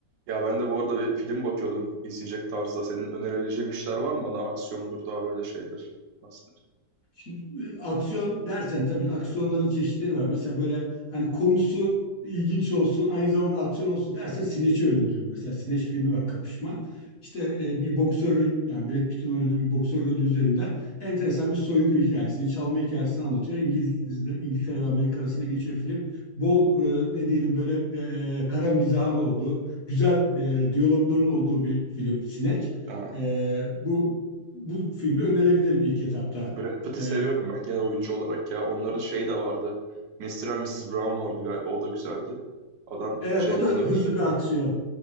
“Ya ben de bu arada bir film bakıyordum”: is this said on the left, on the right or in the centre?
Right